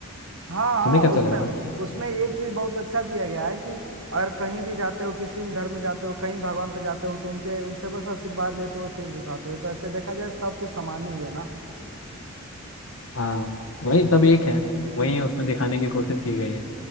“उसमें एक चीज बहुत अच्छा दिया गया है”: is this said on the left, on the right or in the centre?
Right